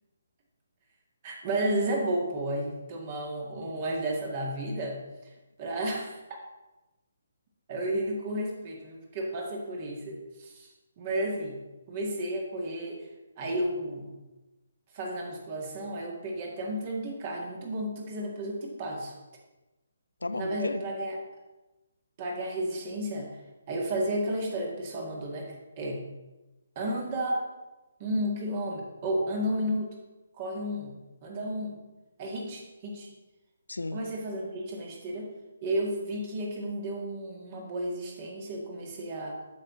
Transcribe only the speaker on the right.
Mas às vezes é bom, pô, a gente tomar um, um umas dessa da vida pra <laughs> eu rindo com respeito, viu? Porque eu passei por isso. Mas assim, comecei a correr, aí eu fazendo a musculação, aí eu peguei até um treino de carne, muito bom. Se tu quiser, depois eu te passo.
Na verdade,
pra ganhar, para ganhar resistência, aí eu fazia aquela história que o pessoal mandou, né? É, anda um quilômetro, ou anda um minuto, corre um, anda um. É hit hit
Comecei fazendo hit na esteira, e aí eu vi que aquilo me deu um- uma boa resistência. Eu comecei a,